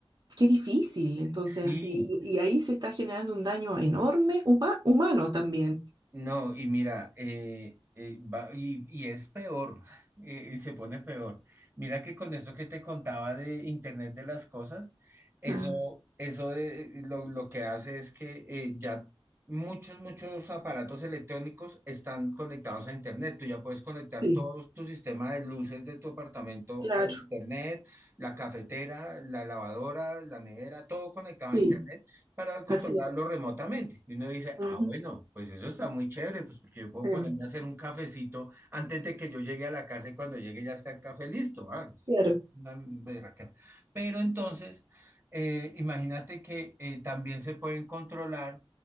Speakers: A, on the right; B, on the right.
A: qué difícil, entonces
B: sí.
A: así, y, y ahí se está generando un daño enorme, huma- humano también.
B: No, y mira, eh, eh, va- y, y es peor, <laughs> eh, y se pone peor. Mira que con esto que te contaba de Internet de las cosas, eso,
A: Ah,
B: eso de- lo, lo que hace es que eh, ya muchos, muchos aparatos electrónicos están conectados a Internet. Tú ya puedes conectar
A: sí,
B: todo tu sistema de luces de tu apartamento
A: claro,
B: al Internet, la cafetera, la lavadora, la nevera, todo conectado
A: sí,
B: a Internet para controlarlo
A: así.
B: remotamente. Y uno dice,
A: ujú,
B: ah, bueno, pues eso está muy chévere, pues porque yo puedo
A: ah,
B: ponerme a hacer un cafecito antes de que yo llegue a la casa y cuando llegue ya está el café listo. Ah, es
A: claro.
B: una berraquera. Pero entonces, eh, imagínate que eh, también se pueden controlar